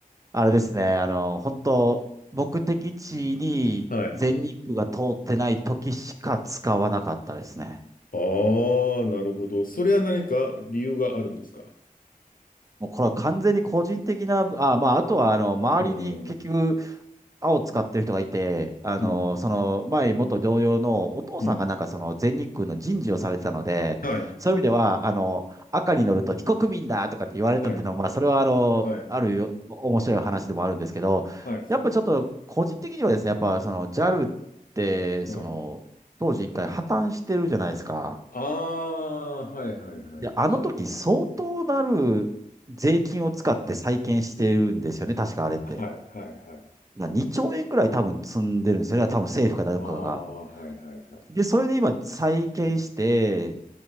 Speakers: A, on the right; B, on the left.
A: あれですね。あの、本当目的地に全日空が通ってない時しか使わなかったですね。
B: はい。ああ、なるほど。それは何か理由があるんですか
A: もうこれは完全に個人的な、あ、まあ、あとは、あの、周りに結局、
B: うん、
A: 青使ってる人がいて、あの、
B: うん、
A: その、前、元同僚のお父さんがなんかその全日空の人事をされてたので、
B: うん。はい、
A: そういう意味では、あの、赤に乗ると非国民だとかって言われたっていうのは、
B: はい、
A: まあ、それは、あの、
B: はい、
A: あるよ面白い話でもあるんですけど、
B: はい、
A: やっぱちょっと、個人的にはですね、やっぱ、その、JAL って、
B: はい、
A: その、当時一回破綻してるじゃないですか。
B: ああ、はい、はい、はい、
A: で、あの時相当なる税金を使って再建してるんですよね、
B: はい。
A: 確かあれって。
B: はい、はい、はい。
A: な2兆円ぐらい多分積んでるんですよね、多分政府か誰かが。
B: ああ、はい、はい、はい。
A: で、それで今再建して、